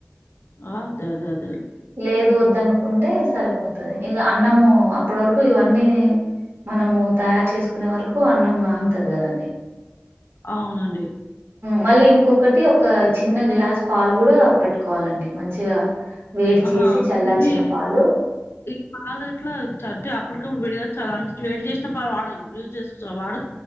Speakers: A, on the left; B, on the right.
A: అదే అదే అదే
B: లేదు వద్దనుకుంటే సరిపోతుంది ఇక అన్నము అప్పటి వరకు ఇవన్నీ మనము తయారు చేసుకునే వరకు అన్నం నా అది కదండి
A: అవునండి
B: మళ్ళీ ఇంకొకటి ఒక చిన్న గ్లాస్ పాలు కూడా పెట్టుకోవాలండి మంచిగా వేడి
A: ఆహా
B: చేసి చల్లార్చిన
A: ఇది
B: పాలు
A: ఈ కాలు ఎట్లా చద్దే అప్పుడు ప్పుడు విడిగొచ్చాలి అంటే వడి చేసినప్పుడు వాడు యూస్ చేసుకో వాడు